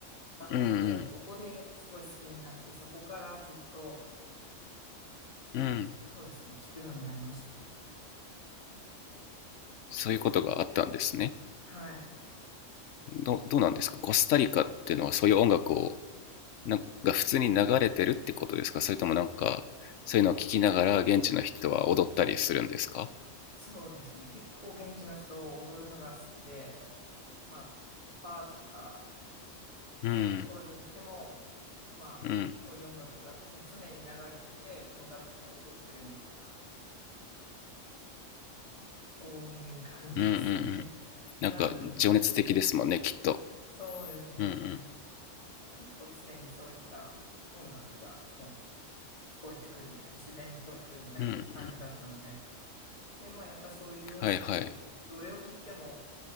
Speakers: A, on the left; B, on the left.
A: ばかりで、
B: うん、
A: そこですごい好きになって、そこからずっと、
B: うん、うん。
A: そうですね、聞くようになりましたね。
B: そういうことがあったんですね。
A: はい。
B: ど、どうなんですかコスタリカっていうのはそういう音楽を、なんか普通に流れてるってことですかそれともなんか、そういうのを聞きながら現地の人は踊ったりするんですか
A: そうですね。結構現地の人を踊るのが好きで、まあ、バーとか、そういうところに行っても、
B: うん、
A: まあ、
B: うん、
A: そういう音楽がもう常に流れてて、もう誰かが踊ってるみたいな、そういう感じですね。
B: うん、うん、うん。
A: <laughs>
B: なんか情熱的ですもんね、
A: なのでもう常に、
B: きっと。
A: そうですね。
B: うん、
A: 結構常にそういった音楽がもう聞こえてくるみたいな、自然に聞こえてくるみたいな感じだったので、
B: うん、うん、うん。
A: で、まあ、やっぱそういう音楽って、
B: はいはい。
A: どれを聴いても、